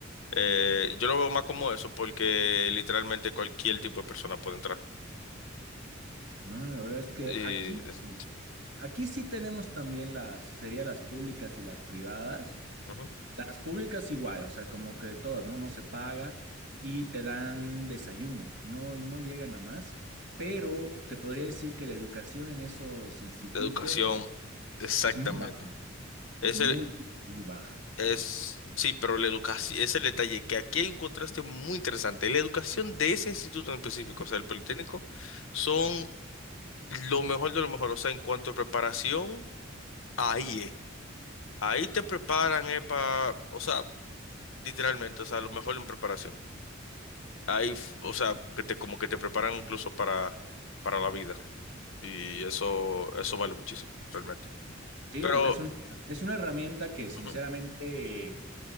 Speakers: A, on the left; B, on the right.
A: Eh, yo lo veo más como eso porque literalmente cualquier tipo de persona puede entrar.
B: No, la verdad es que
A: Y
B: aquí,
A: es-
B: aquí sí tenemos también las, sería las públicas y las privadas.
A: ujú.
B: Las públicas igual, o sea, como que todas, ¿no? No se paga y te dan desayuno, no, no llegan a más, pero te podría decir que la educación en esos institutos
A: La educación, exactamente.
B: es muy baja, es
A: Ese
B: muy, muy baja.
A: es, sí, pero la educación, ese es el detalle, que aquí hay un contraste muy interesante. La educación de ese instituto en específico, o sea, el Politécnico, son lo mejor de lo mejor, o sea, en cuanto a preparación, ahí es. Ahí te preparan, para, o sea, Literalmente, o sea, a lo mejor en preparación. Ahí, f- o sea, que te, como que te preparan incluso para, para la vida. Y eso, eso vale muchísimo, realmente.
B: Sí,
A: Pero,
B: porque es un- es una herramienta que sinceramente,
A: ujú,